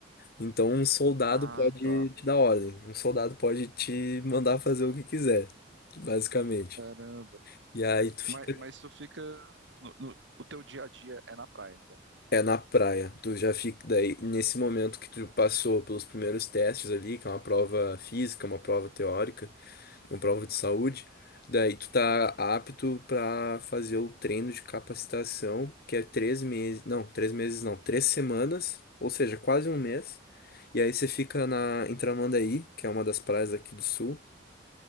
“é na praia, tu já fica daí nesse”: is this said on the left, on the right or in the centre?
Left